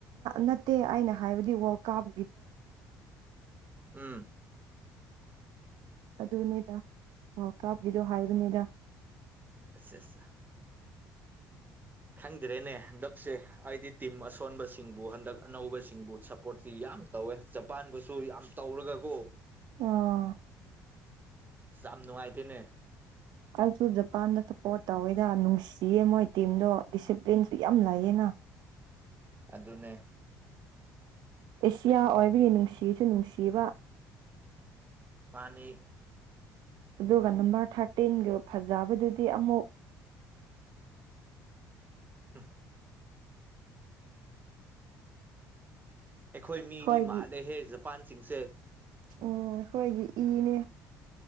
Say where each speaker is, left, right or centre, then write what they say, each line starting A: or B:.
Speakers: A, on the right; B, on the right.
A: ꯅꯠꯇꯦ ꯑꯩꯅ ꯍꯥꯏꯕꯗꯤ ꯋꯥꯔꯜ ꯀꯞ
B: ꯎꯝ
A: ꯑꯗꯨꯅꯤꯗ ꯑꯣ ꯀꯥꯞꯄꯤꯗꯣ ꯍꯥꯏꯕꯅꯤꯗ
B: <unintelligible> ꯈꯪꯗ꯭ꯔꯦꯅꯦ ꯍꯟꯗꯛꯁꯦ ꯑꯩꯗꯤ ꯇꯤꯝ ꯑꯁꯣꯟꯕꯁꯤꯡꯕꯨ ꯍꯟꯗꯛ ꯑꯅꯧꯕꯁꯤꯡꯕꯨ ꯁꯞꯄꯣꯔꯠꯇꯤ ꯌꯥꯝ ꯇꯧꯋꯦ ꯖꯄꯥꯟꯕꯨꯁꯨ ꯌꯥꯝ ꯇꯧꯔꯒꯀꯣ
A: ꯎꯝ
B: ꯌꯥꯝ ꯅꯨꯡꯉꯥꯏꯇꯦꯅꯦ
A: ꯑꯩꯁꯨ ꯖꯄꯥꯟꯗ ꯁꯞꯄꯣꯔꯠ ꯇꯧꯋꯦꯗ ꯅꯨꯡꯁꯤꯌꯦ ꯃꯣꯏ ꯇꯤꯝꯗꯣ ꯗꯤꯁꯤꯄ꯭ꯂꯤꯟꯁꯨ ꯌꯥꯝ ꯂꯩꯌꯦꯅ
B: ꯑꯗꯨꯅꯦ
A: ꯑꯦꯁꯤꯌꯥ ꯑꯣꯏꯕꯒꯤ ꯅꯨꯡꯁꯤꯁꯨ ꯅꯨꯡꯁꯤꯕ
B: ꯃꯅꯤ
A: ꯑꯗꯨꯒ ꯅꯝꯕꯔ ꯊꯥꯔꯇꯤꯟꯗꯨ ꯐꯖꯕꯗꯨꯗꯤ ꯑꯃꯨꯛ
B: ꯎꯝ ꯑꯩꯈꯣꯏ ꯃꯤꯗꯤ
A: ꯑꯩꯈꯣꯏꯒꯤ
B: ꯃꯥꯜꯂꯦꯍꯦ ꯖꯄꯥꯟꯁꯤꯡꯁꯦ
A: ꯎꯝ ꯑꯩꯈꯣꯏꯒꯤ ꯏꯅꯦ